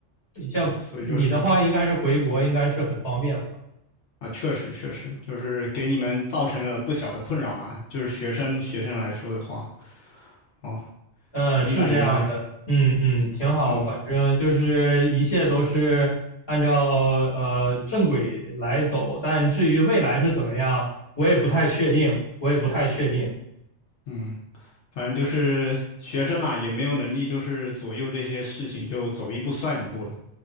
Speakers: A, on the left; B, on the left.
A: 像你的话，
B: 哦，所以就是
A: 应该是回国，应该是很方便吧？
B: 啊，确实确实，就是给你们造成了不小的困扰嘛，就是学生学生来说的话，哦，
A: 嗯，
B: 明白明白，
A: 是这样的，嗯嗯，挺好，
B: 嗯
A: 反正就是一切都是按照呃正轨来走，但至于未来是怎么样，我也不太确定，我也不太确定
B: 嗯，反正就是学生嘛，也没有能力就是左右这些事情，就走一步算一步了。